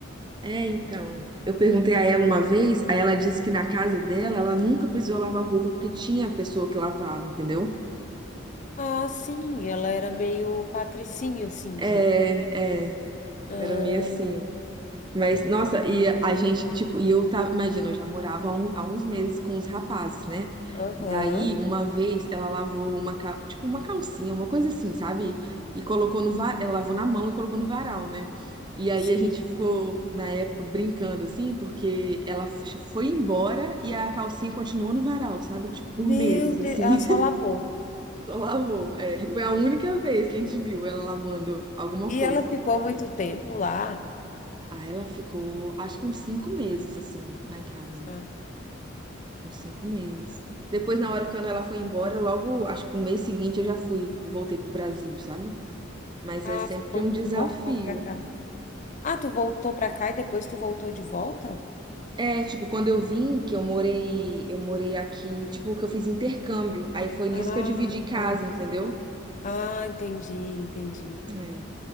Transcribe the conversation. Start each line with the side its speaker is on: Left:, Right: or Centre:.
Right: É, então. Eu perguntei a ela uma vez, aí ela disse que na casa dela ela nunca precisou lavar roupa porque tinha pessoa que lavava, entendeu?
Left: Ah, sim, ela era meio patricinha, assim, então.
Right: É, é,
Left: Ah,
Right: era meio assim.
Left: ent-
Right: Mas, nossa, e a gente, tipo, e eu tava, imagina, eu já morava há, um- há uns meses com os rapazes, né?
Left: Aham,
Right: E aí, Uhum. uma vez, ela lavou uma, ca- tipo, uma calcinha, uma coisa assim, sabe? E colocou no varal, ela lavou na mão e colocou no varal, né? E aí
Left: sim.
Right: a gente ficou, na época, brincando, assim, porque ela f- foi embora e a calcinha continuou no varal, sabe? Tipo, por
Left: Meu
Right: meses, assim,
Left: Deus, ela
Right: <laughs>
Left: só lavou.
Right: só lavou. É, e foi a única vez que a gente viu ela lavando alguma
Left: E
Right: coisa.
Left: ela ficou muito tempo lá.
Right: Ah, ela ficou, acho que uns cinco meses, assim, lá em casa.
Left: Ah,
Right: Uns cinco meses. Depois, na hora que ela foi embora, logo, acho que no mês seguinte eu já fui, voltei pro Brasil, sabe? Mas
Left: ah,
Right: é sempre
Left: foi quando
Right: um desafio.
Left: tu voltou pra cá. Ah, tu voltou pra cá e depois tu voltou de volta?
Right: É, tipo, quando eu vim, que eu morei, eu morei aqui, tipo, que eu fiz intercâmbio. Aí foi nisso
Left: Ah,
Right: que eu dividi casa,
Left: tá.
Right: entendeu?
Left: Ah, entendi, entendi.
Right: É.